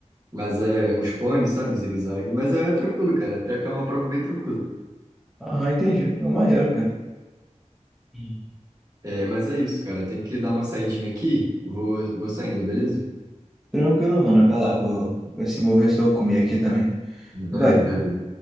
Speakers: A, on the right (about 30°); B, in the centre.
A: Mas é os cones, sabe? Zigue-zague. Mas é tranquilo, cara. Até que é uma prova bem tranquila.
B: Ah, entendi. É o maneiro, cara. Hum.
A: É, mas é isso, cara. Tem que dar uma saidinha aqui. Vou, vou saindo, beleza?
B: Tranquilo, mano. Vai lá, vou, vou ver se vou ver se eu comi aqui também. Vai.
A: Valeu, valeu.